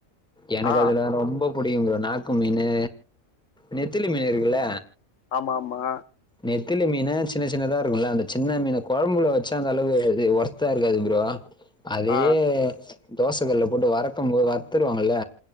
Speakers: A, in the centre; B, on the left.
A: எனக்கு
B: ஆ
A: அதுல ரொம்ப புடிக்கும் ப்ரோ நாக்கு மீனு நெத்திலி மீன் இருக்குல
B: ஆமா ஆமா
A: நெத்திலு மீன சின்ன சின்னதா இருக்குல்ல அந்த சின்ன மீன கொழம்புல வெச்சா அந்தளவு இது ஒர்த்தா இருக்காது ப்ரோ அதையே
B: ஆ
A: தோச கல்ல போட்டு வரக்கும் போத் வர்த்துருவாங்கல